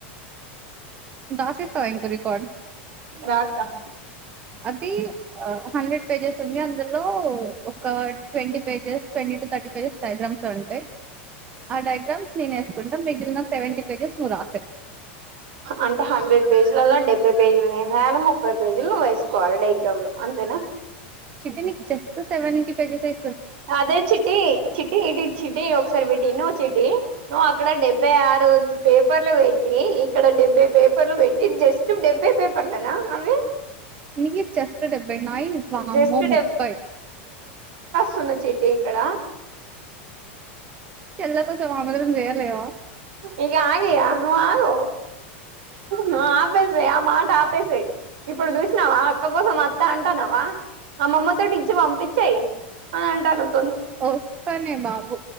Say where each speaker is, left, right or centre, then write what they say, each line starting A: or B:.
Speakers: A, on the right; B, on the right.
A: దాసి ఫైన్ ఇంకో రికార్డ్
B: రాత్త
A: అది హండ్రెడ్ పేజెస్ ఉంది అందులో ఒక twenty pages twenty to thirty pages diagrams ఏ ఉంటాయి ఆ డయాగ్రామ్స్ నేను వేసుకుంటా మిగిలిన సెవెంటీ పేజెస్ నువు రాసేయ్
B: అంటే హండ్రెడ్ పేజీలలా డెబ్బై పేజీలు నేను రాయాల ముప్పై పేజీలు నువేసుకోవాలి డైగ్రామ్లు అంతేనా
A: చిట్టి నీకు జస్ట్ సెవెన్టీ పేజెస్ ఇ
B: అదే చిట్టి చిటీటి ఇ చిటీ ఒకసారి ఇటు ఇను చిటీ నువ్వు అక్కడ డెబ్బై ఆరు పే పేపర్లు పెట్టి ఇక్కడ డెబ్బై పేపర్లు పెట్టి జస్ట్ డెబ్బై పేపర్లే నా అవి
A: నికి జస్ట్ డెబ్బై నాయి వామ్మో
B: జస్ట్
A: ముప్పై
B: <unintelligible> సన్న చిట్టీ ఇక్కడ
A: చెల్లాయి కోసం ఆమోదం చేయలేవా
B: ఇగ ఆగు ఇగ నువ్ ఆగు నువ్ ఆగ్ ఆపేసయి ఆ మాట ఆపేసయి ఇప్పుడు చూసినావా అక్క కోసం వత్తా అంటానవా అమమ్మతోటి ఇచ్చి పంపించెయి అని అంటానవ్
A: వస్తానే బాబు